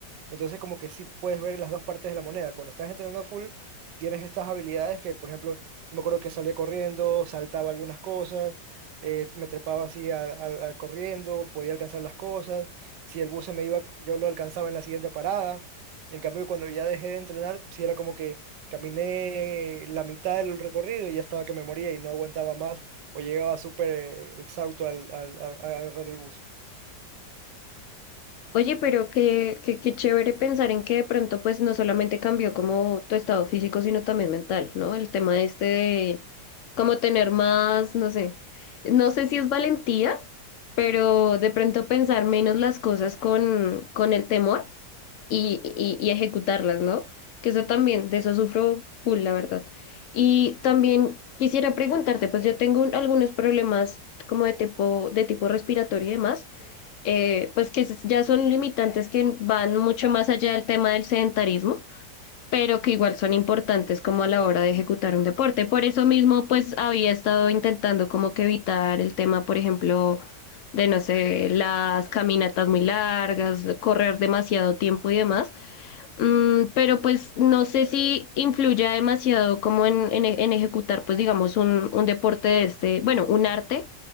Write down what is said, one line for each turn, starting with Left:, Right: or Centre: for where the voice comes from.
Right: Entonces como que sí puedes ver las dos partes de la moneda. Cuando estás entrenando full, tienes estas habilidades que, por ejemplo, yo me acuerdo que salía corriendo, saltaba algunas cosas, eh, me trepaba así a- a- a corriendo, podía alcanzar las cosas. Si el bus se me iba, yo lo alcanzaba en la siguiente parada. En cambio, cuando ya dejé de entrenar, sí era como que caminé la mitad del recorrido y ya estaba que me moría y no aguantaba más o llegaba súper eh, exhausto al, al- a a agarrar el bus.
Left: Oye, pero qué, qué, qué chévere pensar en que de pronto pues no solamente cambió como tu estado físico, sino también mental, ¿no? El tema este de como tener más, no sé, no sé si es valentía, pero de pronto pensar menos las cosas con, con el temor y, y, y ejecutarlas, ¿no? Que eso también, de eso sufro full, la verdad. Y también quisiera preguntarte, pues yo tengo un- algunos problemas como de tipo, de tipo respiratorio y demás eh, pues que es- ya son limitantes que van mucho más allá del tema del sedentarismo, pero que igual son importantes como a la hora de ejecutar un deporte. Por eso mismo, pues había estado intentando como que evitar el tema, por ejemplo, de, no sé, las caminatas muy largas, correr demasiado tiempo y demás Mm, pero pues no sé si influya demasiado como en, en, e- en ejecutar, pues digamos, un, un deporte de este, bueno, un arte